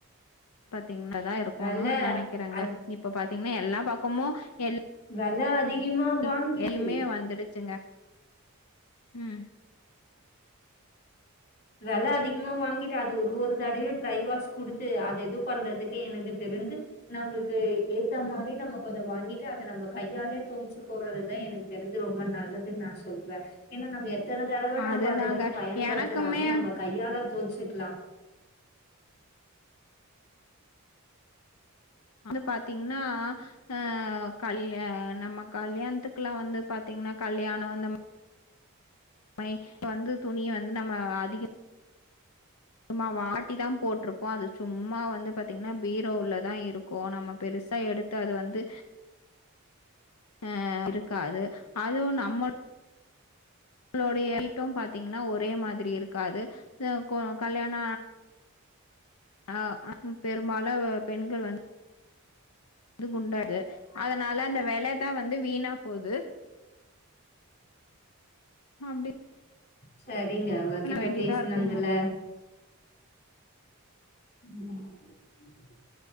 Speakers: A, on the left (about 80°); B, on the left (about 45°).
A: பாத்தீங்னதா இருக்குனு
B: வெல
A: நினக்கிறங்க
B: அத்
A: இப் இப்போ பாத்தீங்னா எல்லா பக்கமோ எல்
B: வெல
A: <inaudible>
B: அதிகமா வாங்கிட்டு
A: எல்யுமே வந்துடுச்சிங்க ம்
B: வெல அதிகமா வாங்கிட்டு அது ஒரு ஒரு தடவ ட்ரை வாஷ் குடுத்து அது இது பண்றதுக்கு எனக்கு தெரிஞ்சி நம்மளுக்கு ஏத்த மாரி நம்ம கொஞ்சே வாங்கிட்டு அத நம்ம கையாலே துவச்சி போடுறது தா எனக் தெரிஞ்சி ரொம்ப நல்லதுன்னு நா சொல்வ ஏனா நம்ம எத்தன தடவ நம்ம
A: அதுதாங்க
B: அத வந்து பயன்படுத்
A: எனக்குமே
B: துனாலு நம்ம கையால தோச்சிக்கிலா
A: வந்து பாத்தீங்னா ஆ கல்யா நம்ம கல்யாணத்துக்குலா வந்து பாத்தீங்னா கல்யாணோ இந்த மை வந்து துணிய வந்து நம்ம அதிக சும்மா வாட்டி தா போட்டிருப்போ அது சும்மா வந்து பாத்தீங்னா பீரோல தா இருக்கு நம்ம பெருசா எடு த்த அது வந்து அ இருக்காது அதுவு நம்ம ளுடைய வீட்டும் பாத்தீங்னா ஒரே மாரி இருக்காது இது கோ கல்யாண ஆ <inaudible> பெரும்பாலு பெண்கள் வந் இது குண்டாது அதனால அந்த வெலதா வந்து வீணா போது அப்டி
B: செரிங்க உங்ககிட்ட
A: வேண்டியதா
B: பேசுனன்துல
A: இருக்குங்க
B: ம்